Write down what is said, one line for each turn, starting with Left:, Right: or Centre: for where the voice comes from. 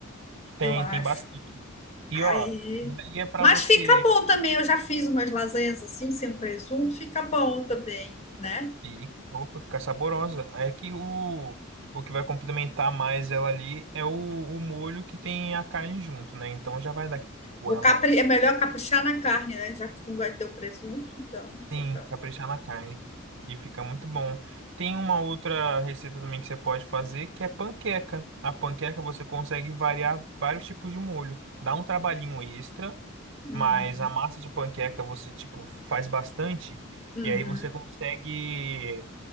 Right: Tem,
Left: Eu acho.
Right: tem bastante. E
Left: Aí.
Right: ó, daí é pra
Left: Mas
Right: você
Left: fica bom também. Eu já fiz umas lasanhas assim, sem presunto, fica bom também, né?
Right: fi- opa, ficar saborosa. É que o, o que vai complementar mais ela ali é o, o molho que tem a carne junto, né? Então já vai dar aquele sabor
Left: Vou
Right: a
Left: capri...
Right: mais.
Left: É melhor caprichar na carne, né? Já que não vai ter o presunto, então fica.
Right: Sim, caprichar na carne. E fica muito bom. Tem uma outra receita também que você pode fazer, que é panqueca. A panqueca você consegue variar vários tipos de molho. Dá um trabalhinho extra,
Left: Uhum,
Right: mas a massa de panqueca você, tipo, faz bastante.
Left: uhum,
Right: E aí você consegue.